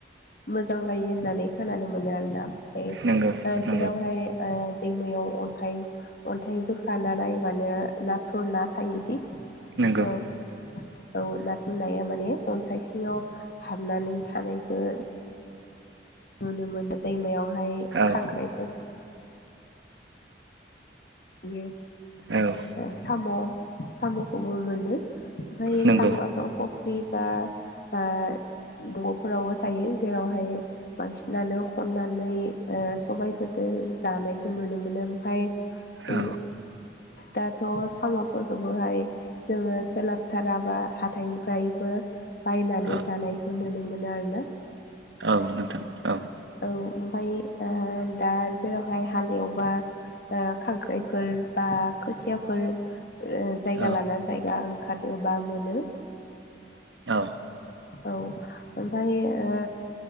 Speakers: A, on the left; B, on the right.
A: मोजां जायो होननानै खोनानो मोनो आरोना ओमफ्राय।
B: नंगौ नंगौ
A: जेरावहाय दैमायाव अन्थाइ अन्थाइ बोखानानै मानो नाथुर ना थायोदि।
B: नंगौ।
A: औ औ नाथुरनाया माने अन्थाइ सिङाव हाबनानै थानायखौ नुनो मोनो दैमायावहाय
B: औ
A: खांख्राइफोर बि
B: औ
A: साम' साम'खौबो मोनो। ओमफ्राय
B: नंगौ
A: साम'आथ' अफबा अफ्रि बा ओ। दग'फोरावबो थायो जेरावहाय बांसिनानो खननानै सबायफोरजों। जानायखौ नुनो मोनो ओमफ्राय ओ
B: औ
A: दाथ' साम'फोरखौबोहाय जोङो सोलाबथाराबा हाथाइनिफ्रायबो। बायनानै
B: औ
A: जानायखौ नुनो मोनो आरो ना।
B: औ नोंथां औ।
A: ओमफाय दा जेरावहाय हाल एवबा खांख्राइफोर बा खोसियाफोर जायगा
B: औ
A: लाना जायगा ओंखारोबा मोनो।
B: औ।
A: औ ओमफ्राय ओ